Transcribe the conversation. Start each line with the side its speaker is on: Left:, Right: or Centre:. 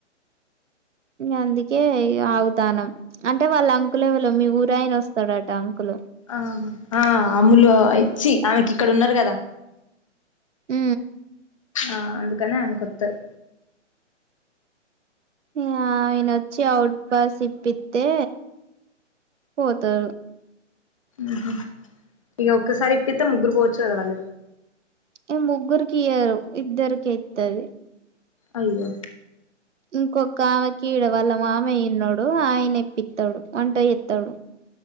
Right: అందుకే అగుతానం అంటే వాళ్ళ అంకులేవలో మీ ఊరయిన వస్తాడట అంకులు
Left: ఆ ఆ అమ్ములు ఇచ్చి ఆమెకి ఇక్కడ ఉన్నారు కదా
Right: ఉ
Left: ఆ అందుకనే ఆమెకొత్తరు
Right: ఊ ఆయనొచ్చి ఔట్ పాస్ ఇప్పితే పోతారు
Left: ఊహూ ఇగ ఒక్కసారి ఇప్పిత్తే ముగ్గురు పోవచ్చు కద వాళ్ళు
Right: ఏ ముగ్గురికియ్యరు ఇద్దరికే ఇత్తది
Left: అయ్యో
Right: ఇంకొక్క ఆమెకి ఈడ వాళ్ళ మామయ్యున్నాడు ఆయన ఇప్పిత్తాడు వంట చేత్తడు